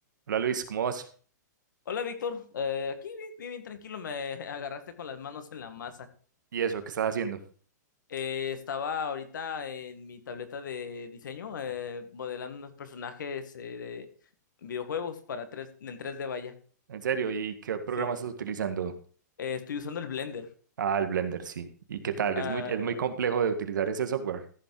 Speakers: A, on the right; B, on the left.
A: Hola Luis, ¿cómo vas?
B: Hola Víctor, Eh, aquí bien, bien, bien tranquilo, me <laughs> agarraste con las manos en la masa.
A: ¿Y eso? ¿Qué estás haciendo?
B: Eh, estaba ahorita en mi tableta de diseño eh, modelando unos personajes eh, de videojuegos para tres, en tres d vaya.
A: ¿En serio? ¿Y qué programa
B: Sí,
A: estás utilizando?
B: Eh, estoy usando el Blender.
A: Ah, el Blender, sí. ¿Y qué tal?
B: Ah,
A: Es muy, es muy complejo de utilizar ese software.